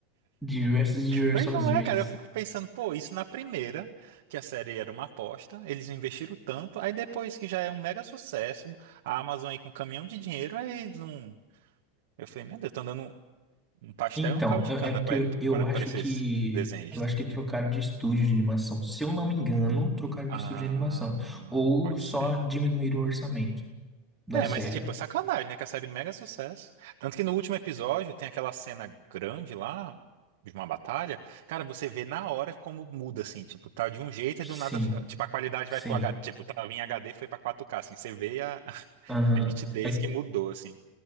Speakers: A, in the centre; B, on the right.
A: diversas e diversas
B: Pois não
A: vezes.
B: é, cara. Eu fico pensando, pô, isso na primeira, que a série era uma aposta, eles investiram tanto, aí depois que já é um mega sucesso, a Amazon aí com um caminhão de dinheiro, aí não. Eu falei, meu Deus, estão dando um pastel
A: Então,
B: e um caldo de
A: eu-
B: cana
A: é porque
B: para
A: eu, eu acho
B: esses
A: que
B: desenhista
A: eu acho que trocaram de estúdio de animação. Se eu não me engano, trocaram
B: Ah,
A: de estúdio de animação ou
B: pode
A: só
B: ser.
A: diminuíram o orçamento da
B: É,
A: série.
B: mas é tipo, é sacanagem, né? Que a série é mega sucesso. Tanto que no último episódio tem aquela cena grande lá, de uma batalha. Cara, você vê na hora como muda, assim. Tipo, tá de um jeito
A: Sim,
B: e do nada. Tipo, a qualidade
A: sim.
B: vai pro HD. Tipo, tava em HD, foi pra 4K, assim. Você vê a, <laughs>
A: Aham.
B: a nitidez
A: É,
B: que mudou, assim.